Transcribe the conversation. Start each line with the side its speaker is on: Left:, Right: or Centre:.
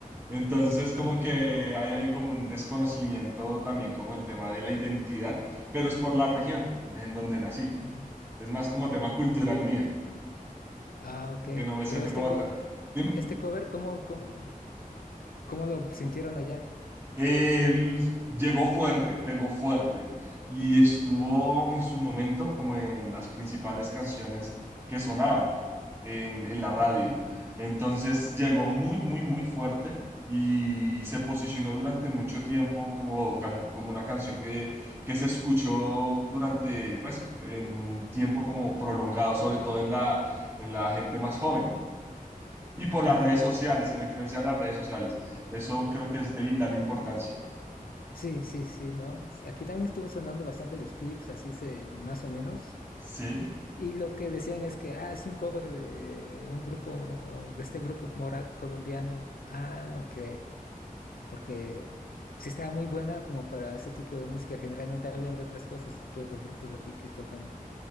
Right: Entonces,
Left: Ah,
Right: como que hay, hay como un desconocimiento también como el tema de la identidad, pero es por la región en donde nací.
Left: ujú.
Right: Es más como tema cultural mío,
Left: Ah, ok.
Right: que no me siento
Left: Pero este
Right: como
Left: cover,
Right: tal.
Left: eh,
Right: Dime.
Left: este cover, ¿cómo, cómo, cómo lo sintieron allá?
Right: Él llegó fuerte, pegó fuerte y estuvo en su momento como en las principales canciones que sonaban en, en la radio.
Left: Oh,
Right: Entonces llegó muy, muy, muy fuerte y se posicionó durante mucho tiempo como, can- como una canción que, que se escuchó durante, pues, en un tiempo como prolongado, sobre todo en la, en la gente más joven. y por
Left: Ah,
Right: las redes sociales y la influencia de las redes sociales. Eso creo que es de vital importancia.
Left: Sí, sí, sí, ¿no? Sí, Aquí también estuvo sonando bastante los clips, así se, más o menos.
Right: Sí,
Left: Y lo que decían es que, ah, es un cover de un grupo, de este grupo Morat colombiano. Ah, ok. Porque sí estaba muy buena como para ese tipo de música. Generalmente hablan de otras cosas, pues los grupos aquí que tocan